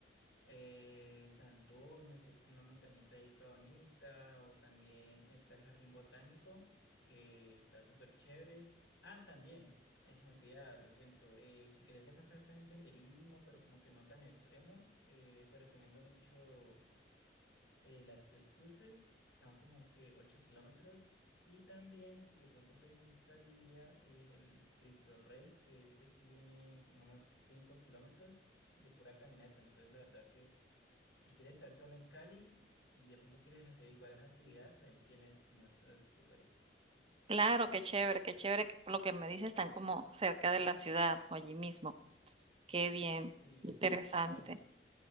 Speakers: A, on the left; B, on the right.
A: eh, San Antonio, que es como una montañita ahí toda bonita, o también está el Jardín Botánico, que está súper chévere. Ah, también, eh, se me olvidaba, lo siento, eh, si quieres de pronto hacer también senderismo, pero como que no tan extremo, eh, te recomiendo mucho eh, las Tres Cruces, que son como que 8 kilómetros. Y también, si de pronto te gustaría, eh, el Cristo Rey, que ese tiene como unos 5 kilómetros de pura caminata. Entonces, la verdad que si quieres estar solo en Cali y de pronto quieres hacer iguales actividades, pues ahí tienes como esos lugares.
B: Claro, qué chévere, qué chévere. que Por lo que me dices, están como cerca de la ciudad o allí mismo. Qué bien,
A: Sí,
B: qué interesante.
A: sí, no.